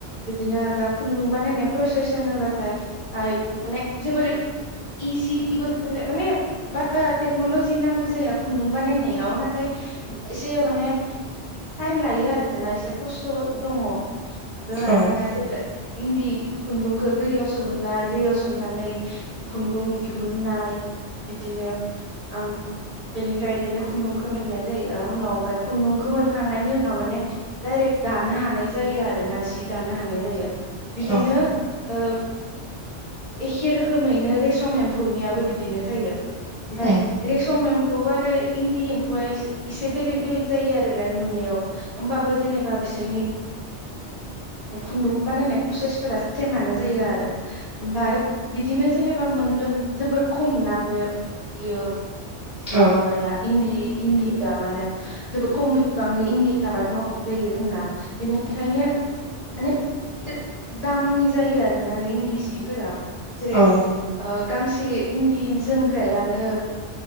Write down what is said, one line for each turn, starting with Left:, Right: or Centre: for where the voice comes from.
Left: बिदिनो दा खुन्दुं बानायनाय प्रसेस होनोबा <unintelligible> माने जोबोर इजिबो माने बारा टेक्न'लजि नांगौ जाया खुन्दुं बानायनायाव नाथाय एसे माने टाइम लायो आरोना एसे खस्थ' दङ बेवहाय
Centre: औ उम
Left: माने जेब्ला इन्दि खुन्दुंखो दैयाव सोमनाय दैयाव सोमनानै खुन्दुं दिहुननाय बिदिनो ओ बेनिफ्राय बिदिनो खुन्दुंखौ मोननाय जायो उनाव ओमफ्राय खुन्दुंखौ मोनखांनायनि उनाव माने डायरेक्ट दानो हानाय जायो आरो ना जि दानो हानाय जायो बिदिनो
Centre: औ
Left: ओ एखे रोखोमैनो रेसम एम्फौनियाबो बिदिनो जायो ओमफाय
Centre: औ
Left: रेसम एम्फौ आरो इन्दि एम्फौआ एसे बेलेग बेलेग जायो आरोना नुनायाव होमबाबो जेनेबा बिसोरनि खुन्दुं बानायनाय प्रसेसफोरा सेमानो जायो आरो ओमफ्राय बिदिनो जेनेबा मोननो जोबोर खम ना बे-बेयो
Centre: औ
Left: माबाया इन्दि इन्दिया माने जोबोर खम बिबांयै इन्दिया आबाद मावनाय जायो जोंना बेनिखायनो बे दामनि जायो आरोना इन्दि जिफोरा जेरै
Centre: औ
Left: ओ गांसे इन्दि जोमग्रायानो